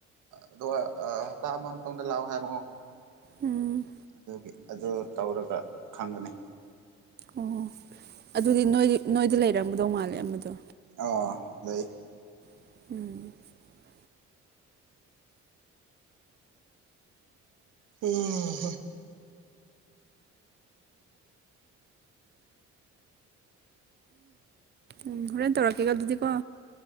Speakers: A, on the right; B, on the right.
A: ꯑꯗꯨꯒ ꯍꯇꯥ ꯑꯃ ꯃꯇꯨꯡꯗ ꯂꯥꯥꯛꯑꯣ ꯍꯥꯏꯕꯀꯣ
B: ꯎꯝ
A: ꯑꯗꯨꯒꯤ ꯑꯗꯨ ꯇꯧꯔꯒ ꯈꯪꯒꯅꯤ
B: ꯑꯣ ꯑꯗꯨꯗꯤ ꯅꯣꯏꯒꯤ ꯅꯣꯏꯗ ꯂꯩꯔꯝꯒꯗꯧ ꯃꯥꯜꯂꯦ ꯑꯃꯗꯣ
A: ꯑꯥ ꯂꯩ
B: <inaudible>
A: <unintelligible>
B: ꯎꯝ ꯍꯣꯔꯦꯟ ꯇꯧꯔꯛꯀꯦꯒ ꯑꯗꯨꯗꯤꯀꯣ